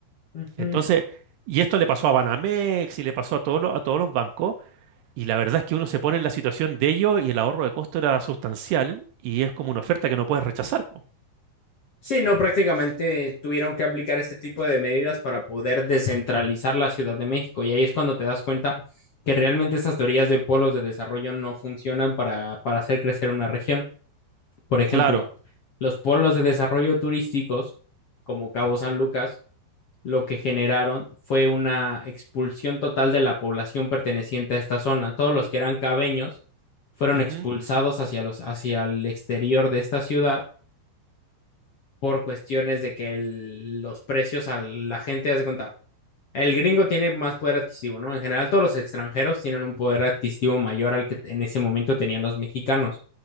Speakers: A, on the left; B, on the right.
A: ujú.
B: Entonces, y esto le pasó a Banamex y le pasó a todos los, a todos los bancos y la verdad es que uno se pone en la situación de ello y el ahorro de costo era sustancial y es como una oferta que no puedes rechazar, po.
A: Sí, no, prácticamente tuvieron que aplicar este tipo de medidas para poder descentralizar la Ciudad de México. Y ahí es cuando te das cuenta que realmente estas teorías de polos de desarrollo no funcionan para, para hacer crecer una región. Por ejemplo,
B: Claro.
A: los polos de desarrollo turísticos, como Cabo San Lucas, lo que generaron fue una expulsión total de la población perteneciente a esta zona. Todos los que eran cabeños fueron
B: Ujú.
A: expulsados hacia los, hacia el exterior de esta ciudad por cuestiones de que el- los precios a la gente, haz de cuenta, el gringo tiene más poder adquisitivo, ¿no? En general, todos los extranjeros tienen un poder adquisitivo mayor al que en ese momento tenían los mexicanos.